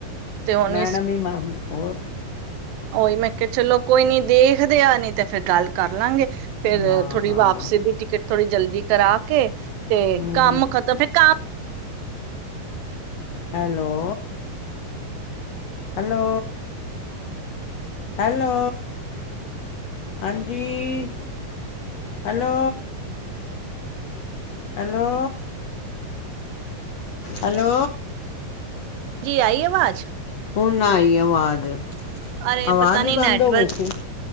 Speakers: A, on the right; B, on the left.
A: ਤੇ ਹੁਣ
B: ਮੈਡਮ ਹੀ ਮੈਂ ਹੋਰ
A: ਓਹੀ ਮੈਂ ਕਿਹਾ ਚਲੋ ਕੋਈ ਨੀ ਦੇਖਦੇ ਆ ਨੀ ਤੇ ਫੇਰ ਗੱਲ ਕਰ ਲਾਂਗੇ ਫੇਰ
B: ਹਾਂ
A: ਥੋੜੀ
B: ਹਾਂ
A: ਵਾਪਸਸੀ ਦੀ ਟਿਕਟ ਥੋੜ੍ਹੀ ਜਲਦੀ ਕਰਾ ਕੇ ਤੇ
B: ਹਮ,
A: ਕੰਮ ਖਤਮ ਫੇਰ ਕੰਮ
B: ਹੈਲੋ, ਹੈਲੋ ਹੈਲੋ ਹਾਂਜੀ ਹੈਲੋ ਹੈਲੋ ਹੈਲੋ
A: ਜੀ ਆਈ ਆਵਾਜ਼
B: ਹੁਣ ਆਈ ਆਵਾਜ਼
A: ਅਰੇ,
B: ਆਵਾਜ਼
A: ਪਤਾ ਨੀ
B: ਹੀ ਬੰਦ
A: ਨੈਟਵਰਕ
B: ਹੋ ਗਈ ਸੀ